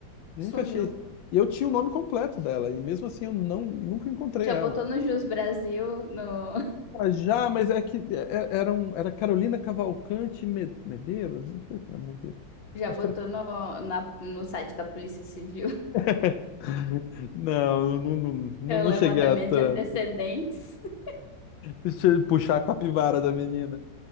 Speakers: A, on the left (about 80°); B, on the left (about 35°).
A: Nunca
B: sumiu.
A: achei. E eu tinha o nome completo dela, e mesmo assim eu não, nunca encontrei
B: Já
A: ela.
B: botou no Jus Brasil, no,
A: Ela já, mas é que é- era, um, era Carolina Cavalcante Me- Medeiros? Não sei se era Medeiros.
B: Já
A: Acho
B: botou
A: que era.
B: no, na- no site da Polícia Civil <laughs>
A: <laughs> Não, não, não, não
B: o
A: não
B: levantamento
A: cheguei a tanto.
B: de antecedentes. <laughs>
A: Deixa eu puxar a capivara da menina.